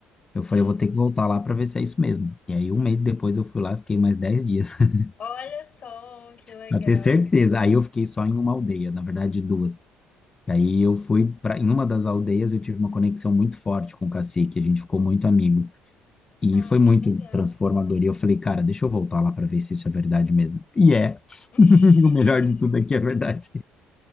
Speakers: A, on the left; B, on the left.
A: Eu
B: Hum.
A: falei, eu vou ter que voltar lá para ver se é isso mesmo. E aí, um mês depois, eu fui lá, fiquei mais 10 dias <laughs>
B: Olha só que legal.
A: para ter certeza. Aí eu fiquei só em uma aldeia, na verdade, duas. E aí eu fui para em uma das aldeias, eu tive uma conexão muito forte com o cacique, a gente ficou muito amigo. E
B: Ai,
A: foi muito
B: que legal.
A: transformador. E eu falei, cara, deixa eu voltar lá para ver se isso é verdade mesmo. E é.
B: <laughs>
A: <laughs> O melhor de tudo é que é verdade.